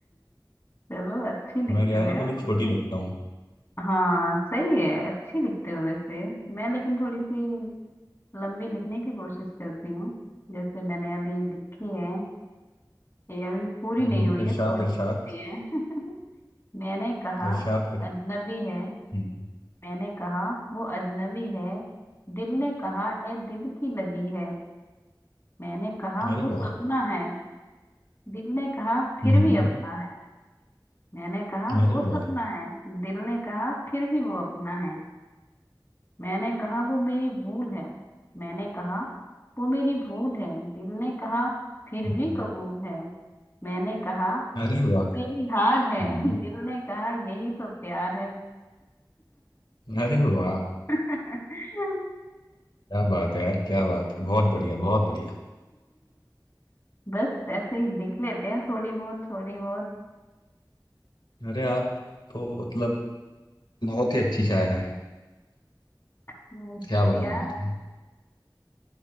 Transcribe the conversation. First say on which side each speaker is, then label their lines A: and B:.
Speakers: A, on the left; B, on the left.
A: चलो अच्छी लिखते
B: मैं क्या
A: हो
B: है
A: यार
B: ना थोड़ी
A: तुम
B: छोटी लिखता हूँ
A: हाँ सही है अच्छी लिखते हो वैसे मैं लेकिन थोड़ी सी लंबी लिखने की कोशिश करती हूँ जैसे मैंने अभी लिखी है ये अभी पूरी
B: हम्म,
A: नहीं हुई
B: इरशाद
A: है थोड़ी
B: इरशाद
A: सी भी है <laughs> मैंने कहा
B: इरशाद करिए
A: अजनबी है
B: हम्म,
A: मैंने कहा वो अजनबी है दिल ने कहा ए दिल की लगी है मैंने कहा
B: अरे
A: वो
B: वाह
A: सपना है दिल ने कहा फिर
B: हम्म,
A: भी अपना है मैंने कहा
B: अरे
A: वो सपना
B: वाह
A: है दिल ने कहा फिर भी वो अपना है मैंने कहा वो मेरी भूल है मैंने कहा वो मेरी भूल है दिल ने कहा फिर
B: हम्म,
A: भी कबूल है मैंने कहा
B: अरे वाह
A: मेरी हार है
B: हम्म,
A: <laughs> दिल ने कहा यही तो प्यार है
B: अरे वाह
A: <laughs>
B: क्या बात है यार क्या बात है बहुत बढ़िया बहुत बढ़िया
A: बस ऐसे ही लिख लेते हैं थोड़ी बहुत थोड़ी बहुत
B: अरे आप तो मतलब बहुत ही अच्छी शायरा हैं
A: हम्म,
B: क्या
A: शुक्रिया
B: बताऊं मैं तुम्हें